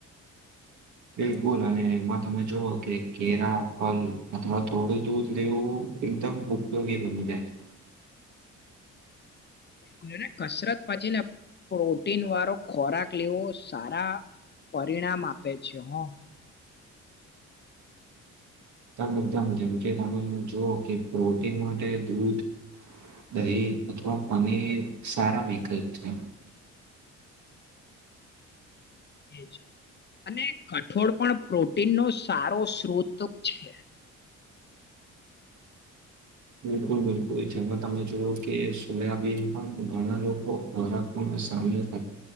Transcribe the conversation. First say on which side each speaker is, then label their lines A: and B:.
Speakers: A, on the right; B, on the left.
A: બિલકુલ, અને એમાં તમે જોવો કે કેળા, ફલ અથવા થોડું દૂધ લેવું એકદમ ઉપયોગી બની જાય છે.
B: <inaudible> બિલકુલ, અને કસરત પછી ને પ્રોટીન વાળો ખોરાક લેવો સારા પરિણામ આપે છે હ
A: એકદમ એકદમ જેમ કે તમે જોુ કે પ્રોટીન માટે દૂધ દહી અથવા પાની સારા વિકલ્પ છે
B: કે છે અને કઠોળ પણ પ્રોટીનનોો સારો સ્ત્રોત છે
A: બિલકુલ બિલકુલ જેમાં તમે જોવ કે સોયાબીન પણ ઘણા લોકો હરક સામેલ છે